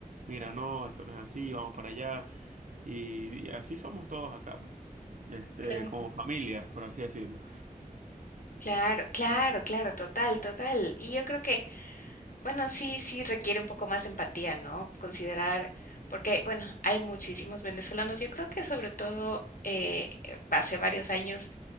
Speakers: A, on the right; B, on the left.
A: Mira, no, esto no es así, vamos para allá. Y, y así somos todos acá, pues, este,
B: Claro,
A: como familia, por así decirlo.
B: claro, claro, claro, total, total. Y yo creo que Bueno, sí, sí requiere un poco más de empatía, ¿no? Considerar, porque, bueno, hay muchísimos venezolanos. Yo creo que sobre todo eh, hace varios años